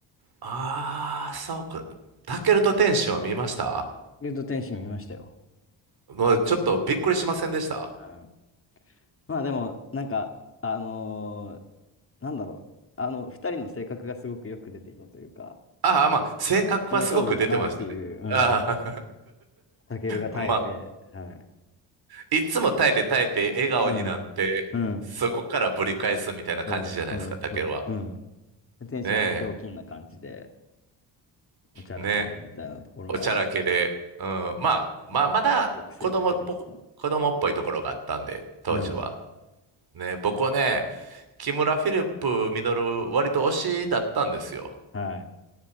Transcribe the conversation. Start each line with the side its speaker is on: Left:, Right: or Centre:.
Right: ああ、そうか。タケルと天使は見ました
Left: ルート天使見ましたよ。
Right: もうちょっとびっくりしませんでした
Left: うん。まあでも、なんか、あのーなんだろう。あの、二人の性格がすごくよく出ていたというか、
Right: ああ、まあ、性格はすごく出てましたね。
Left: その通りだなっていう、うん。
Right: あ
Left: タケルが耐えて、
Right: あ、<laughs> まあ、
Left: はい。
Right: いつも耐えて耐えて笑顔になって、
Left: うん、うん、
Right: そこからぶり返すみたいな感じじゃないですか、
Left: そう、そう、
Right: タケルは。
Left: そううん。天使はあのひょうきんな感じで、
Right: ね
Left: おちゃらけてみたいなところは、
Right: え、ねえ、おちゃらけで。うん、まあ、まあ、まだ子供っぽく、
Left: すごく性格出てたなっていう。
Right: 子供っぽいところがあったんで、当時は。
Left: うん。
Right: ね、僕はね、木村フィリップミドル割と推しだったんですよ。
Left: はい。